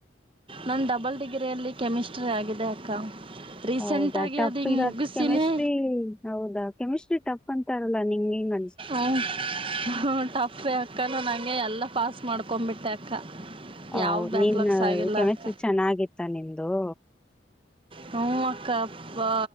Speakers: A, on the right; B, in the centre.
A: ನನ್ ಡಬಲ್ ಡಿಗ್ರಿಯಲ್ಲಿ ಕೆಮಿಸ್ಟ್ರಿ ಆಗಿದೆ ಅಕ್ಕ. ರೀಸೆಂಟಾಗಿ
B: ಹೌದಾ ಟಫ್
A: ಅದು ಹಿಂಗೆ
B: ಇರದ್
A: ಮುಗಿಸಿನೇ
B: ಕೆಮಿಸ್ಟ್ರಿ ಹೌದಾ ಕೆಮಿಸ್ಟ್ರಿ ಟಫ್ ಅಂತಾರಲ್ಲ ನಿಂಗೆಗನ್
A: ಊಂ ಊಂ ಟಫ್ಫೇ ಅದ್ ಅಕ್ಕ ನಾನಂಗೆ ಎಲ್ಲ ಪಾಸ್ ಮಾಡ್ಕೊಂಬಿಟ್ಟೆ ಅಕ್ಕ.
B: ಹೌದ್
A: ಯಾವ ಬ್ಯಾಕ್ಲಾಗ್ಸ್
B: ನೀನ
A: ಆಗಿಲ್ಲ
B: ಕೆಮಿಸ್ಟ್ರಿ
A: ಅಕ್ಕ
B: ಚೆನ್ನಾಗಿತ್ತ ನಿಂದು?
A: ಹ್ಞೂ ಅಕ್ಕ ಪ